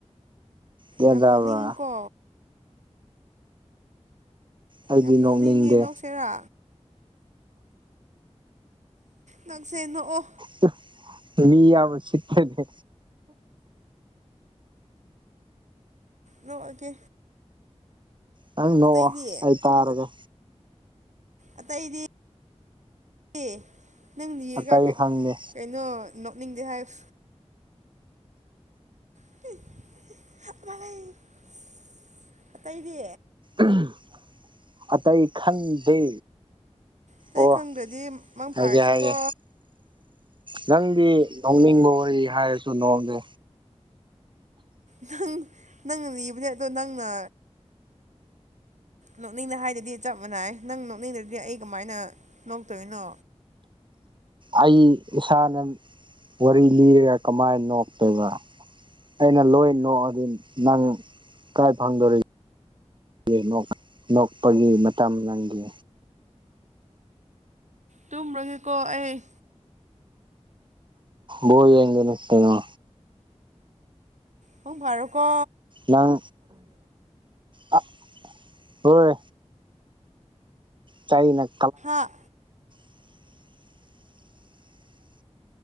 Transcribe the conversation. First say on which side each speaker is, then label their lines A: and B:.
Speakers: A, on the right; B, on the right.
A: ꯒ꯭ꯌꯥꯟ
B: ꯌꯥꯝ
A: ꯇꯥꯕ꯭ꯔꯥ
B: ꯅꯣꯛꯅꯤꯡꯉꯤꯀꯣ
A: ꯑꯩꯗꯤ
B: ꯌꯥꯝ ꯅꯣꯛꯅꯤꯡꯉꯦ
A: ꯅꯣꯛꯅꯤꯡꯗꯦ
B: ꯅꯣꯛꯁꯤꯔꯥ ꯅꯛꯁꯦ ꯅꯣꯛꯑꯣ
A: <unintelligible> ꯃꯤ ꯌꯥꯝ ꯎꯁꯤꯠꯇ꯭ꯔꯗꯤ
B: ꯅꯣꯛꯑꯒꯦ
A: ꯅꯪ ꯅꯣꯛꯑꯣ
B: ꯑꯇꯩꯗꯤ
A: ꯑꯩ ꯇꯥꯔꯒꯦ
B: ꯑꯇꯩꯗꯤ ꯑꯦ ꯅꯪ ꯅꯤꯔꯒ
A: ꯑꯇꯩ
B: ꯀꯩ
A: ꯈꯪꯗꯦ
B: ꯀꯩꯅꯣ ꯅꯣꯛꯅꯤꯡꯗꯦ ꯍꯥꯏ <unintelligible> <unintelligible> ꯑꯇꯩꯗꯤ
A: ꯎꯍꯨꯝ ꯑꯇꯩ ꯈꯪꯗꯦ
B: ꯑꯇꯩ
A: ꯑꯣ
B: ꯈꯪꯗ꯭ꯔꯗꯤ ꯃꯪ
A: ꯍꯥꯏꯒꯦ
B: ꯐꯥꯔꯁꯦꯀꯣ
A: ꯍꯥꯏꯒꯦ ꯅꯪꯗꯤ ꯅꯣꯛꯅꯤꯡꯕ ꯋꯥꯔꯤ ꯍꯥꯏꯔꯁꯨ ꯅꯣꯛꯗꯦ
B: ꯅꯪ ꯅꯪꯅ ꯂꯤꯕꯅꯦ ꯑꯗꯣ ꯅꯪꯅ ꯅꯣꯛꯅꯤꯡꯅ ꯍꯥꯏꯗꯗꯤ ꯆꯞ ꯃꯥꯅꯥꯏ ꯅꯪ ꯅꯣꯛꯅꯤꯡꯗ꯭ꯔꯗꯤ ꯑꯩ ꯀꯃꯥꯏꯅ ꯅꯣꯛꯇꯣꯏꯅꯣ
A: ꯑꯩ ꯏꯁꯥꯅꯟ ꯋꯥꯔꯤ ꯂꯤꯔꯒ ꯀꯃꯥꯏ ꯅꯣꯛꯇꯣꯏꯕ ꯑꯩꯅ ꯂꯣꯏ ꯅꯣꯛꯑꯗꯤꯟ ꯅꯪ ꯀꯥꯏ ꯐꯪꯗꯧꯔꯤ ꯒꯦ ꯅꯣꯛ ꯅꯣꯛꯄꯒꯤ ꯃꯇꯝ ꯅꯪꯒꯤ
B: ꯇꯨꯝꯔꯒꯦꯀꯣ ꯑꯩ
A: ꯕꯣꯜ ꯌꯦꯡꯗꯣꯏꯅꯦ ꯀꯩꯅꯣ
B: ꯄꯨꯡ ꯐꯔꯣ ꯀꯣ
A: ꯅꯪ ꯑꯥ ꯍꯣꯏ ꯆꯩꯅꯛ
B: ꯍꯥꯥ
A: <unintelligible>